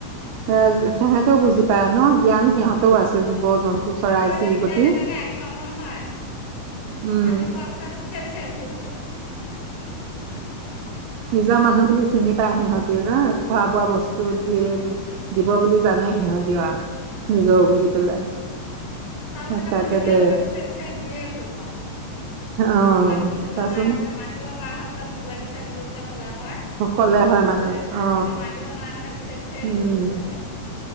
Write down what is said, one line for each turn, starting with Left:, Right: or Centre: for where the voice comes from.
Right: সেই সিহঁতেও বুজি পায়
Left: লাগে
Right: ন জ্ঞান সিহঁত‌ও আছে,
Left: অঁ
Right: জীৱ-জন্তু, চৰাই-চিৰিকটি।
Left: আকৌ পিতাই দেউতাকে এতিয়া আহি পাব নহয়।
Right: উম
Left: আহি পোৱাৰ পিছত পিছে, পিছে ঘূৰি ফূৰিব।
Right: নিজৰ মানুহ বুলি চিনি পাই সিহঁতিও ন,
Left: অঁ
Right: খোৱা বোৱা বস্তু ত' দিয়ে দিব বুলি জানেই, সিহঁতিও নিজৰ বুলি পেলাই।
Left: চাউল
Right: সঁচাকে
Left: কেইটান নিদিয়া
Right: দে
Left: লৈকে পিছে, পিছে ঘূৰিয়ে ফুৰিব আৰু।
Right: অ
Left: মই বোলো মাত বোল দিব
Right: চাচোন
Left: নোৱাৰে যে, মাত দিব পৰা হয়, বোলে ভোক লাগিছে বুলি বোলে ক'লে হয়।
Right: কলে হয় মানে
Left: তেতিয়া খাত
Right: অ
Left: এতিয়া মাত দিব নোৱাৰা কাৰণে পিছে, পিছে
Right: উম
Left: ঘূৰি ফুৰিছে গৈ।